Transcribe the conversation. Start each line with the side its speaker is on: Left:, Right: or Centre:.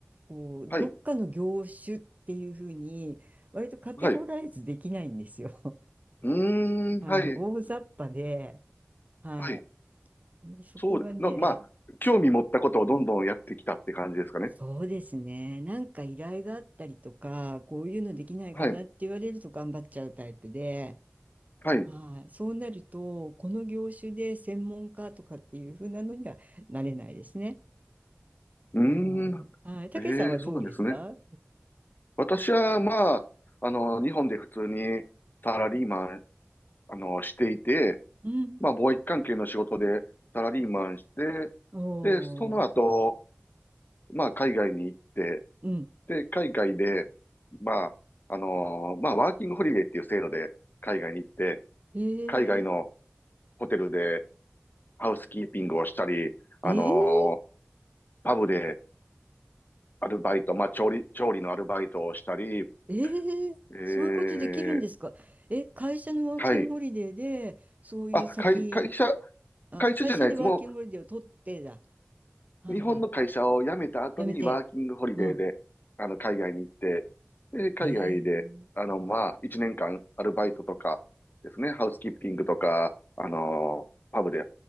Right: こう、
Left: はい。
Right: どっかの業種っていうふうに、割とカテゴライズできないんですよ。
Left: はい。うーん、
Right: <laughs> あの、
Left: はい、
Right: 大雑把で、はい。
Left: はい。
Right: でそこがね、
Left: そうで、な、まあ、興味持ったことをどんどんやってきたって感じですかね。
Right: そうですね。なんか依頼があったりとか、こういうのできないかなって言われると頑張っちゃうタイプで、
Left: はい、はい。
Right: はい。
Left: う
Right: そうなると、この業種で専門家とかっていうふうなのにはなれないですね。
Left: ーん、
Right: はい。はい。たけさんはどうですか
Left: ええ、そうなんですね。私は、まあ、あの、日本で普通にサラリーマン、あの、していて、
Right: うん。
Left: まあ、貿易関係の仕事でサラリーマンして、
Right: おー。
Left: で、その後、まあ、海外に行って、
Right: うん。
Left: で、海外で、まあ、あのまあ、ワーキングホリデーっていう制度で海外に行って、
Right: ええ
Left: 海外のホテルで、ハウスキーピングをしたり、あのー
Right: ええ
Left: パブでアルバイト、まあ、調理、調理のアルバイトをしたり、
Right: ええそういうことできるんですかえ、
Left: えー、
Right: 会社のワーキングホリデーで、
Left: はい。
Right: そういう先、
Left: あ、会、会社、
Right: あ、
Left: 会社じゃないです。
Right: 会社でワーキングホリデーを取ってだ。
Left: も
Right: はいはい。
Left: う、日本の会社を辞めた後にワーキングホリデーで、
Right: やめて。うん。
Left: あの、海外に行って、で、海外で、
Right: ええ
Left: あの、まあ、1年間アルバイトとかですね、ハウスキーピングとか、あのパブで